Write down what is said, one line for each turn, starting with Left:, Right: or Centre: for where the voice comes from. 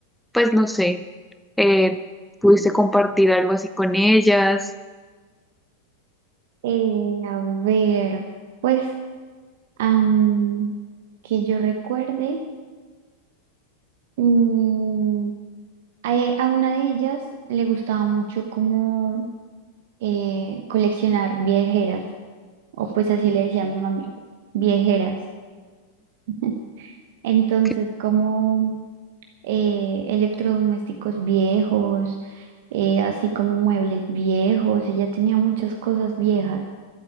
Centre: pues, no sé, eh, pudiste compartir algo así con ellas.
Right: Eh, a ver, pues, am, que yo recuerde. Mm, a, e- a una de ellas le gustaba mucho como eh, coleccionar viejeras, o pues así le decía a mi mami, viejeras. <laughs> Entonces,
Centre: Qué-
Right: como eh, electrodomésticos viejos, eh, así como muebles viejos, ella tenía muchas cosas viejas,